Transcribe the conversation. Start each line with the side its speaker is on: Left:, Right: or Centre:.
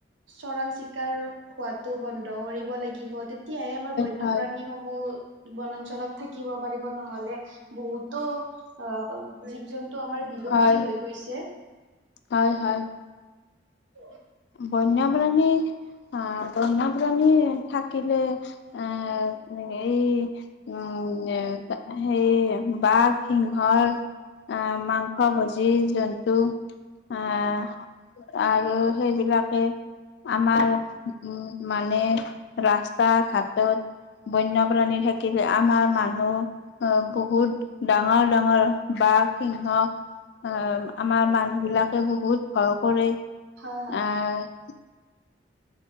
Right: চৰাং চিকাৰ হোৱোটো বন্ধ কৰিব লাগিব, তেতিয়াহে আমাৰ বন্যপ্ৰাণী
Left: হয়,
Right: সমূহ বনাঞ্চলত থাকিব পাৰিব, নহ'লে বহুতো অহ, জীৱ-জন্তু আমাৰ বিলুপ্তি
Left: হয়,
Right: হৈ গৈছে।
Left: হয়, হয়।
Right: <unintelligible>
Left: বন্যপ্ৰাণী অহ, বন্যপ্ৰাণী থাকিলে অহ, এই উম, এ সেই বাঘ সিংহৰ অহ, মাংস ভোজি জন্তু অহ, আৰু সেইবিলাকে আমাৰ উম, মানে ৰাস্তা ঘাটত বন্যপ্ৰাণী থাকিলে আমাৰ মানুহ অহ, বহুত ডাঙৰ-ডাঙৰ বাঘ সিংহ আহ আমাৰ মানুহ বিলাকে বহুত ভয় কৰে
Right: হয় হয়।
Left: আহ